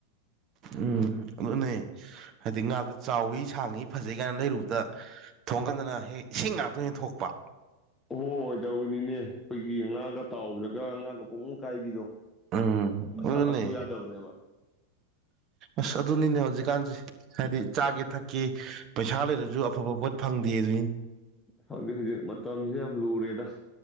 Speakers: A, on the right; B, on the left.
A: ꯎꯝ ꯑꯗꯨ ꯅ ꯍꯥꯏꯗꯤ ꯉ ꯑꯗꯨ ꯆꯥꯎꯋꯤ ꯁꯥꯡꯉꯤ ꯐꯖꯩ ꯀꯥꯏꯅ ꯂꯩꯔꯨꯕꯗ ꯊꯣꯡꯀꯥꯟꯗꯅ ꯍꯦꯛ ꯏꯁꯤꯡ ꯉꯥꯛꯇ ꯍꯦꯛ ꯊꯣꯛꯄ
B: ꯍꯣꯢ ꯍꯣꯏ ꯇꯧꯔꯤꯅꯤꯅꯦ ꯑꯩꯈꯣꯏꯒꯤ ꯉꯥꯒ ꯇꯥꯎꯕꯗꯒ ꯉꯥꯒ ꯄꯣꯡ ꯄꯣꯡ ꯀꯥꯏꯕꯤꯗꯣ
A: ꯎꯝ
B: ꯃꯁꯥ
A: ꯑꯗꯨꯅꯦ
B: ꯇꯁꯜꯂꯨ ꯌꯥꯗꯕꯅꯦꯕ
A: ꯑꯁ ꯑꯗꯨꯅꯤꯅꯦ ꯍꯧꯖꯤꯛꯀꯥꯟꯁꯦ ꯍꯥꯏꯗꯤ ꯆꯥꯒꯦ ꯊꯛꯀꯦ ꯄꯩꯁꯥ ꯂꯩꯔꯁꯨ ꯑꯐꯕ ꯄꯣꯠ ꯐꯪꯗꯦ ꯑꯗꯨꯅꯤ
B: ꯍꯧꯖꯤꯛ ꯍꯧꯖꯤꯛ ꯃꯇꯝꯁꯨ ꯌꯥꯝ ꯂꯨꯔꯦꯗ